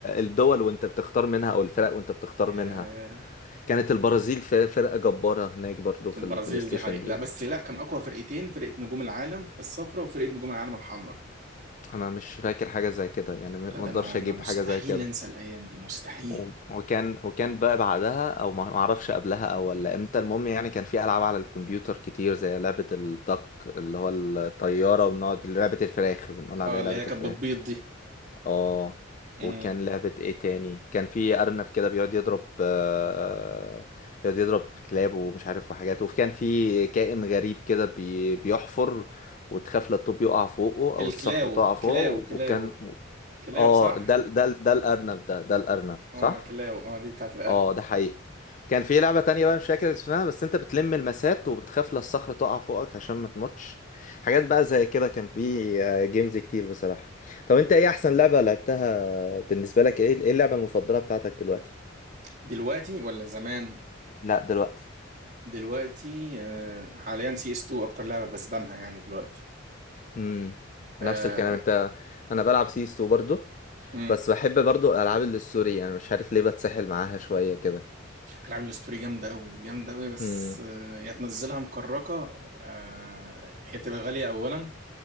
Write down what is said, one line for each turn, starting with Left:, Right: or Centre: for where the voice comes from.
Left: الدول وانت بتختار منها او الفرق وانت بتختار
Right: ياه
Left: منها كانت البرازيل ف- فرقة جبارة هناك برضو في
Right: البرازيل
Left: البلاي ستيشن
Right: دي حقيقة
Left: دي
Right: لا بس لا كان اقوى فرقتين فرقة نجوم العالم الصفراء وفرقة نجوم العالم الحمراء
Left: انا مش فاكر حاجه زي كده يعني ما
Right: لا
Left: ما
Right: ده
Left: اقدرش
Right: انا
Left: اجيب
Right: انا مستحيل
Left: حاجه زي كده
Right: انسى الايام دي مستحيل
Left: و- وكان وكان بقى بعدها او ما ما اعرفش قبلها او ولا امتى المهم يعني كان في العاب على الكمبيوتر كتير زي لعبه الدك اللي هو الطياره وبنقعد لعبه الفراخ بنقول
Right: اه
Left: عليها
Right: اللي
Left: لعبه
Right: هي كانت
Left: الفراخ
Right: بتبيض دي
Left: اه
Right: امم
Left: وكان لعبه ايه تاني كان في ارنب كده بيقعد يضرب آه، يقعد يضرب كلاب ومش عارف وحاجات وكان في كائن غريب كده بي... بيحفر وتخاف لا الطوب يقع فوقه
Right: الكلاو
Left: او الصخره تقع فوقه
Right: كلاو كلاو
Left: وكان
Right: كلاو
Left: اه
Right: صح
Left: ده ده ده الارنب ده ده الارنب صح
Right: اه كلاو اه دي بتاعت الارنب
Left: اه ده حقيقي وكان في لعبة تانية بقى مش فاكر اسمها بس انت بتلم المسات وبتخاف لا الصخرة تقع فوقك عشان ما تموتش حاجات بقى زي كده كان في جيمز كتير بصراحة طب انت ايه احسن لعبة لعبتها بالنسبة لك ايه ايه اللعبة المفضلة بتاعتك دلوقتي
Right: دلوقتي ولا زمان
Left: لا دلوقتي
Right: دلوقتي آه حاليا سي اس 2 اكتر لعبه بسبامها يعني دلوقتي
Left: امم
Right: آه
Left: نفس الكلام انت انا بلعب سيستو برضو
Right: امم
Left: بس بحب برضو الالعاب اللي السوري يعني مش عارف ليه بتسحل معاها شوية كده
Right: العاب الاستوري جامده قوي جامده قوي بس
Left: امم
Right: آه يا تنزلها مكركه آه هي بتبقى غاليه اولا